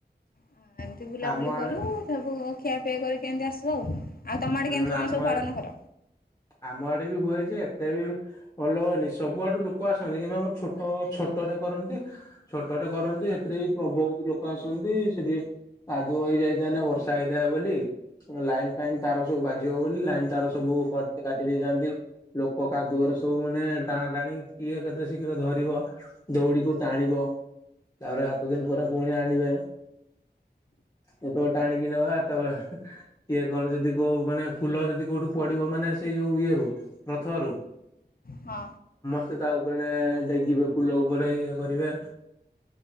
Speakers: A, on the left; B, on the left.
A: ହ ଏମିତି ବୁଲାବୁଲି
B: ଆମ ଆଡେ
A: କରୁ। ଖିଆପିଆ କରିିକି କେମିତି ଆସିବ ଆଉ। ଆଉ ତମ ଆଡେ
B: ହୁଁ
A: କେମିତି କଣ
B: ଆମ
A: ସବୁ
B: ଆଡେ
A: ପାଳନ କର।
B: ଆମ ଆଡେ ବି ହୁଏ ଯେ ଏତେ ବି ଭଲ ହୁଏନି। ସବୁଆଡୁ ଲୋକ ଆସନ୍ତି କିନ୍ତୁ ଆମର ଛୋଟ ଛୋଟଟେ କରନ୍ତି। ଛୋଟଟେ କରନ୍ତି ସେଥିରେ ବି ବହୁତ ଲୋକ ଆସନ୍ତି ସେଠି କାଦୁଅ ହେଇଯାଇଥାଏନା ବର୍ଷା ହେଇଥାଏ ବୋଲି। ଲାଇନ୍ ଫାଇନ ତାର ସବୁ ବାଜିବ ବୋଲି ଲାଇନ୍ ତାର ସବୁ କଟ କାଟି ଦେଇଥାନ୍ତି। ଲୋକ କାଦୁଅରେ ସବୁ ମାନେ ଟାଣା ଟାଣି କିଏ କେତେ ଶୀଘ୍ର ଧରି ଦଉଡିକୁ ଟାଣିବ ତାପରେ ସାତ ଦିନ ପରେ ପୁଣି ଆଣିବେ। ଯେତେବେଳେ ଟାଣିକି ନେବା ସେତେବେଳେ କିଏ କଣ ଯଦି କୋଉ ମାନେ ଫୁଲ ଯଦି କୋଉଠୁ ପଡିବ ମାନେ ସେ ଯୋଉ ଇଏ ରୁ ରଥ ରୁ
A: ହଁ।
B: ସେ ତା ଉପରେ ଡେଗିବେ ଫୁଲ ଉପରେ ଇଏ କରିବେ।